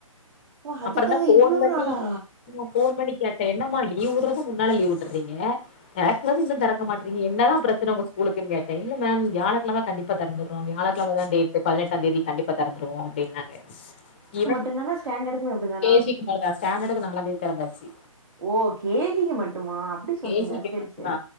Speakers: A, on the right; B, on the left.
A: ஓ அதுக்காக
B: அப்பறந்தா ஃபோன்
A: இவ்ளோ
B: பண்ணி
A: நாளா
B: ஃபோன் பண்ணி கேட்டே என்னம்மா லீவுறது முன்னால லீவ் விட்றீங்க நேத்துல இருந்து இன்னு தெறக்க மாட்றீங்க என்னதா பிரச்சன உங்க ஸ்கூலுக்குன்னு கேட்டே இல்ல மேம் வியாழக்கெழம கண்டிப்பா தெறந்துடுவோ வியாழக்கெழமதா டேட்டு பதினெட்டா தேதி கண்டிப்பா தெறந்துருவோ அப்டினாங்க இவ
A: என்னன ஸ்டாண்டடுக்குமே அப்டிதா
B: கே ஜிக்கு இல்லா ஸ்டாண்டடுக்கு நாலந்தேதி தெரந்தாச்சு
A: ஓ கேஜிக்கு மட்டுமா அப்டி சொல்லுங்க
B: பேசிக்க
A: செரி
B: மட்டனா
A: செரி